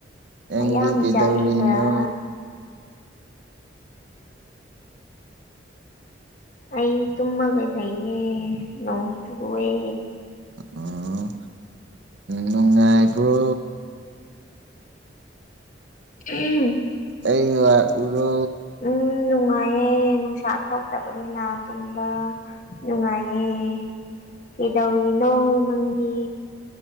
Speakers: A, on the right; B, on the left.
A: ꯅꯪꯗꯤ
B: ꯃꯌꯥꯝ
A: ꯀꯩꯗꯧꯔꯤꯅꯣ
B: ꯆꯥꯕꯤꯕ꯭ꯔꯥ ꯑꯩ ꯇꯨꯝꯃꯒ ꯂꯩꯌꯦ ꯅꯣꯡ ꯆꯨꯑꯦ
A: ꯑꯣ ꯅꯨꯡꯉꯥꯏꯕ꯭ꯔꯣ
B: ꯎꯝ
A: ꯑꯩ ꯂꯥꯛꯎꯔꯣ
B: ꯎꯝ ꯅꯨꯡꯉꯥꯏꯌꯦ ꯅꯨꯡꯁꯥ ꯊꯣꯛꯇꯕꯅꯤꯅ ꯇꯨꯝꯕ ꯅꯨꯡꯉꯥꯏꯌꯦ ꯀꯩꯗꯧꯔꯤꯅꯣ ꯅꯪꯗꯤ